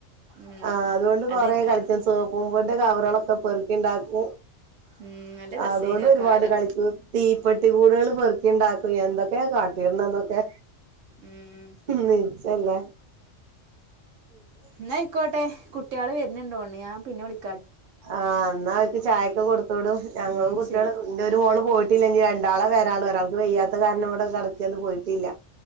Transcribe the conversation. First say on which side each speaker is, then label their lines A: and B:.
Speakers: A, on the right; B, on the right.
A: ഉം
B: ആ അതുകൊണ്ട്
A: അത്
B: കൊറെ കളിച്ചൻ
A: അ-
B: സേപ്പുംന്റെ കവറുകളൊക്കെ പെറുക്കി ണ്ടാക്കും
A: ഉം നല്ല രസേനു
B: അതുകൊണ്ട്
A: ആ
B: ഒരുപാട്
A: കാലം
B: കളിച്ചു തീപ്പെട്ടി കൂടുകള് പെറുക്കി ണ്ടാക്കും എന്തൊക്കെയ കാട്ടിരുന്നന്നൊ ക്കെ
A: ഉം
B: മെന്നു അല്ല
A: എന്നാ യ്യിക്കോട്ടെ കുട്ട്യോള് വരുനുടോണ്ടു ഞാൻ പിന്നെ വിളി
B: ആ എന്നാവർക്ക് ചായൊക്കെ കൊടുത്തോടുംഞങ്ങളും
A: ഉം
B: കുട്ട്യോളും
A: ശരി
B: ന്റെ രു മോള് പോയിട്ട ട്ടില്ല നി രണ്ടാളാ വരാളു ഒരാൾക്ക് വെയ്യാത്ത കാരണം ഇവിടെ കടക്കൊന്നും പോയിട്ടില്ല